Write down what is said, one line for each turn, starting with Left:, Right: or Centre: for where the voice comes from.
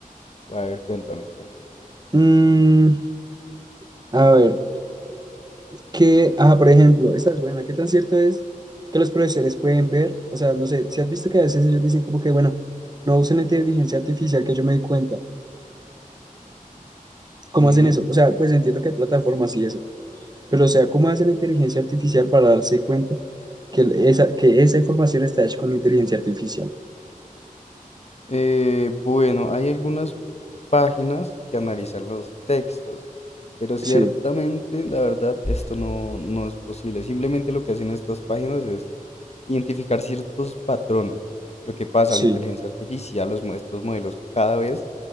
Left: A ver, cuéntame, cuéntame.
Right: Mm, a ver, ¿qué? Ah, por ejemplo, esta es buena. ¿Qué tan cierto es que los profesores pueden ver? O sea, no sé, si has visto que a veces ellos dicen como que, bueno, no usen la inteligencia artificial, que yo me di cuenta. ¿Cómo
Left: Sí.
Right: hacen eso? O sea, pues entiendo que hay plataformas y eso, pero o sea, ¿cómo hace la inteligencia artificial para darse cuenta que el- esa, que esa información está hecha con inteligencia artificial?
Left: eh, bueno, hay algunas páginas que analizan los textos, pero ciertamente,
Right: Sí,
Left: la verdad, esto no, no es posible. Simplemente lo que hacen estas páginas es identificar ciertos patrones. Lo que pasa,
Right: sí,
Left: la inteligencia artificial, los, mo- estos modelos cada vez,